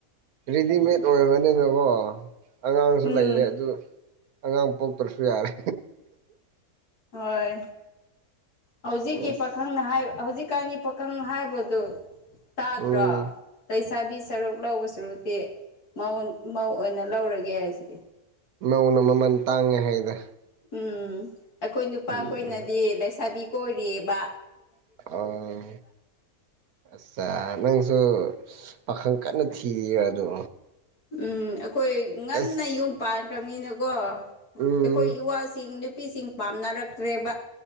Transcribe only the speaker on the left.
ꯎꯝ
ꯍꯣꯏ ꯍꯧꯖꯤꯛꯀꯤ
ꯄꯥꯈꯪꯅ ꯍꯥꯏ ꯍꯧꯖꯤꯛꯀꯥꯟꯒꯤ ꯄꯥꯈꯪ ꯍꯥꯏꯕꯗꯨ ꯇꯥꯗ꯭ꯔꯣ
ꯁꯥꯕꯤ ꯁꯔꯨꯛ ꯂꯧꯕ ꯁꯔꯨꯛꯇꯤ ꯃꯧ ꯃꯧ ꯑꯣꯏꯅ ꯂꯧꯔꯒꯦ ꯍꯥꯏꯁꯤꯗꯤ
ꯎꯝ ꯑꯩꯈꯣꯏ ꯅꯨꯄꯥꯈꯣꯏꯅꯗꯤ
ꯂꯩꯁꯥꯕꯤ ꯀ‌ꯣꯏꯔꯤꯑꯕ
ꯎꯝ ꯑꯩꯈꯣꯏ ꯉꯟꯅ
ꯌꯨꯝ ꯄꯥꯟꯈ꯭ꯔꯕꯅꯤꯅꯀꯣ ꯑꯩꯈꯣꯏ
ꯏꯋꯥꯁꯤꯡ ꯅꯨꯄꯤꯁꯤꯡ ꯄꯥꯝꯅꯔꯛꯇ꯭ꯔꯦꯕ